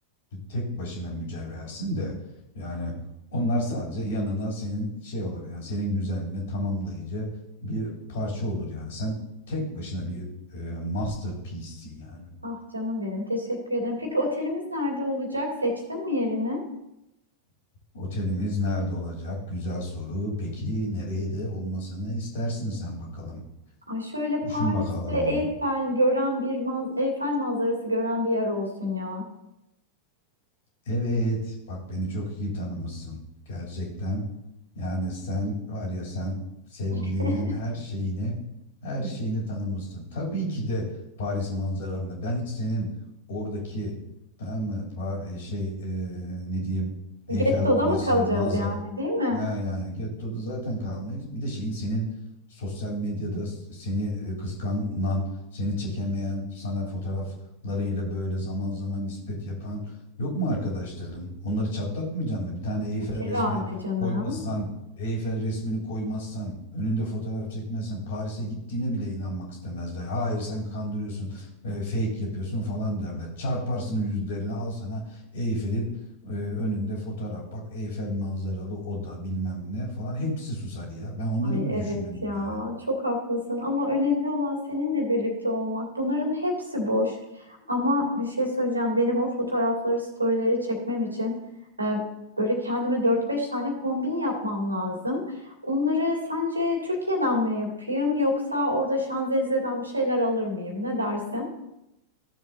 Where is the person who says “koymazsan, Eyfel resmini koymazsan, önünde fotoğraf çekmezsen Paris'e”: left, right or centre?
Left